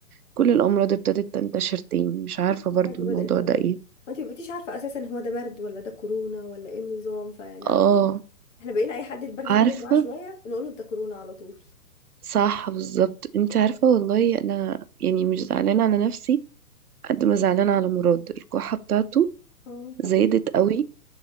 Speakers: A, on the right (about 70°); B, on the left (about 50°).
A: وكل الأمراض ابتدت تنتشر تاني مش عارفة
B: كل
A: برضو
B: حاجه
A: الموضوع
B: بدات
A: ده إيه
B: انت ما بقيتيش عارفه اساسا هو ده برد ولا ده كورونا ولا ايه النظام فيعني على
A: اه
B: طول احنا بقينا اي حد البرد يطول
A: عارفة
B: معاه شويه نقول له انت كورونا على طول
A: صح بالظبط انت عارفة والله انا يعني مش زعلانة على نفسي قد ما زعلانة على مراد الكحة بتاعته
B: اه
A: زادت
B: حبيبي
A: قوي